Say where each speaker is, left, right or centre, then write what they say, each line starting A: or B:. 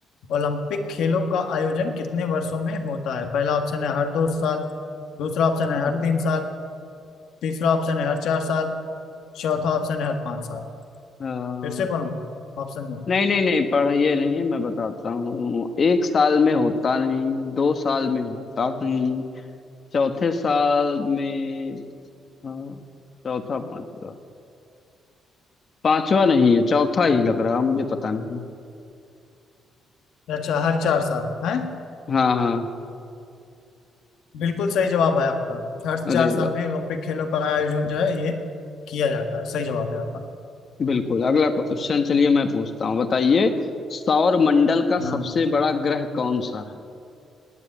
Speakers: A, on the left; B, on the left.
A: ओलंपिक खेलों का आयोजन कितने वर्षों में होता है पहला ऑप्शन है हर दो साल दूसरा ऑप्शन है हर तीन साल तीसरा ऑप्शन है हर चार साल चौथा ऑप्शन है हर पांच साल
B: अ,
A: फिर से पढ़ूं ऑप्शन दो
B: नहीं नहीं नहीं पढ़िए नहीं है मैं बताता हूँ एक साल में होता नहीं दो साल में होता नहीं चौथे साल में अ, चौथा पांचवा पांचवा नहीं है चौथा ही लग रहा मुझे पता नहीं
A: अच्छा हर चार साल है
B: हाँ हाँ
A: बिल्कुल सही जवाब है आपका हर
B: अरे
A: चार साल
B: वाह
A: में ओलंपिक खेलों का आयोजन जो है ये किया जाता है सही जवाब है आपका
B: बिल्कुल अगला क्वेश्चन चलिए मैं पूछता हूँ बताइए सौर मंडल का
A: हाँ
B: सबसे बड़ा ग्रह कौन सा है